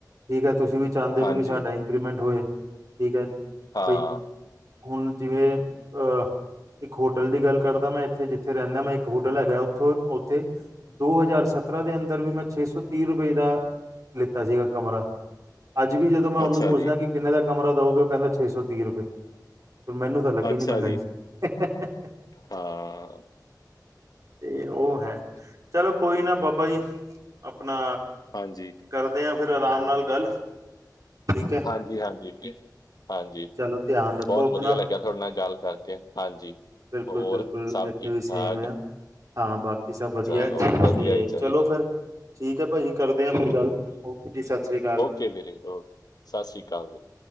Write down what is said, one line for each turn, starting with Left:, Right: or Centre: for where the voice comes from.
Right: ਠੀਕ ਹੈ? ਤੁਸੀਂ ਵੀ ਚਾਹੁੰਦੇ
Left: ਹਾਂਜੀ,
Right: ਹੋ ਕਿ ਵੀ ਸਾਡਾ ਇਨ ਇੰਕਰੀਮੈਂਟ ਹੋਏ, ਠੀਕ ਹੈ?
Left: ਹਾਂ।
Right: ਬਈ ਹੁਣ, ਜਿਵੇਂ ਅਹ ਇੱਕ ਹੋਟਲ ਦੀ ਗੱਲ ਕਰਦਾ ਮੈਂ ਇੱਥੇ, ਜਿੱਥੇ ਰਹਿੰਦਾ, ਮੈਂ ਇੱਕ ਹੋਟਲ ਹੈਗਾ, ਉੱਥੋਂ ਉੱਥੇ ਦੋ ਹਜ਼ਾਰ ਸਤਰਾਂ ਦੇ ਅੰਦਰ ਵੀ ਮੈਂ ਛੇ ਸੌ ਤੀਹ ਰੁਪਏ ਦਾ, ਲਿੱਤਾ ਸੀਗਾ ਕਮਰਾ। ਅੱਜ ਵੀ ਜਦੋਂ ਮੈਂ ਉਹਨੂੰ
Left: ਅੱਛਾ
Right: ਪੁੱਛਦਾ
Left: ਜੀ,
Right: ਕਿ ਕਿੰਨੇ ਦਾ ਕਮਰਾ ਦਊਗੇ? ਉਹ ਕਹਿੰਦਾ ਛੇ ਸੌ ਤੀਹ ਰੁਪਏ, ਮੈਨੂੰ ਤੋ ਲੱਗੀ
Left: ਅੱਛਾ
Right: ਨਹੀਂ ਮਹਿੰਗਾਈ
Left: ਜੀ,
Right: ਸੀ। ਹੇ, ਹੇ, ਹੇ, ਹੇ।
Left: ਹਾਂ,
Right: ਤੇ ਉਹ ਹੈ, ਚਲੋ ਕੋਈ ਨਾ ਬ ਬਈ, ਆਪਣਾ
Left: ਹਾਂਜੀ।
Right: ਕਰਦੇ ਹਾਂ ਫਿਰ ਅਰਾਮ ਨਾਲ ਗੱਲ। ਠੀਕ ਹੈ
Left: ਹਾਂਜੀ-ਹਾਂਜੀ, <inaudible> ਹਾਂਜੀ।
Right: ਚਲੋ, ਧਿਆਨ ਰੱਖੋ
Left: ਬਹੁਤ
Right: ਆਪਣਾ
Left: ਵਧੀਆ ਲੱਗਿਆ ਤੁਹਾਡੇ ਨਾਲ ਗੱਲ ਕਰਕੇ, ਹਾਂਜੀ,
Right: ਬਿਲਕੁਲ
Left: ਹੋਰ
Right: ਬਿਲਕੁਲ
Left: ਸਭ
Right: ਇੱਥੇ
Left: ਠੀਕ-ਠਾਕ?
Right: ਵੀ ਸੇਮ ਆ ਹਾਂ, ਬਾਕੀ ਸਭ ਵਧੀਆ
Left: ਚਲੋ
Right: ਤੇ
Left: ਵਧੀਆ ਹੀ ਚਾਹੀਦਾ,
Right: ਚਲੋ ਫਿਰ, ਠੀਕ ਹੈ ਭਾਜੀ ਕਰਦੇ ਹਾਂ ਫਿਰ ਗੱਲ, ਓਕੇ ਜੀ, ਸਤਿ ਸ਼੍ਰੀ ਅਕਾਲ।
Left: ਜੀ ਵੀਰੇ, ਓਕੇ। ਸਤਿ ਸ਼੍ਰੀ ਅਕਾਲ ਜੀ।